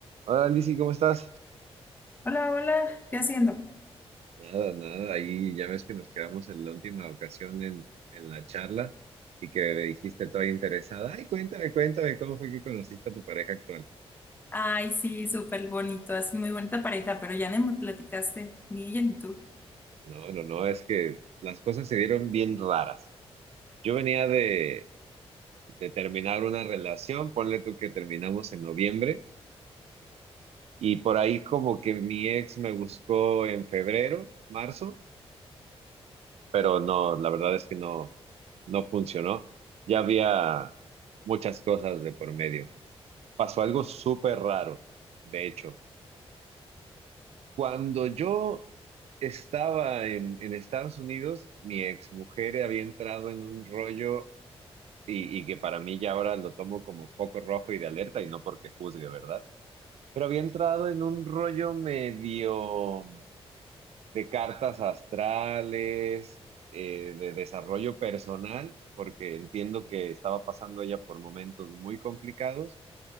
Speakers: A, on the right; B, on the left.
A: Hola, Lizzy, ¿cómo estás?
B: Hola, hola, ¿qué haciendo?
A: Nada, nada, ahí ya ves que nos quedamos en la última ocasión en, en la charla y que me dijiste toda interesada, ay, cuéntame, cuéntame, ¿cómo fue que conociste a tu pareja actual?
B: Ay, sí, súper bonito, es muy bonita pareja, pero ya no me platicaste, ni ella ni tú.
A: No, no, no, es que las cosas se dieron bien raras. Yo venía de, de terminar una relación, ponle tú que terminamos en noviembre y por ahí como que mi ex me buscó en febrero, marzo. pero no, la verdad es que no, no funcionó. Ya había muchas cosas de por medio. Pasó algo súper raro, de hecho. Cuando yo estaba en, en Estados Unidos, mi exmujer había entrado en un rollo y, y que para mí ya ahora lo tomo como foco rojo y de alerta y no porque juzgue, ¿verdad? Pero había entrado en un rollo medio de cartas astrales, eh, de desarrollo personal, porque entiendo que estaba pasando ella por momentos muy complicados